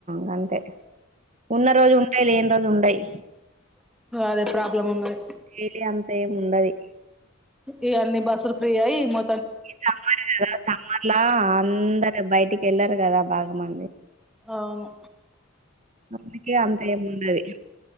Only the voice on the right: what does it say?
గంతే ఉన్న రోజు ఉంటయి లేని రోజు ఉండయి.
డైలీ అంత ఏమి ఉండది
ఈ సమ్మర్ కదా సమ్మర్లా అందరు బయటికి వెళ్లరు కదా బాగా మంది
అందుకే అంతేం ఉండది.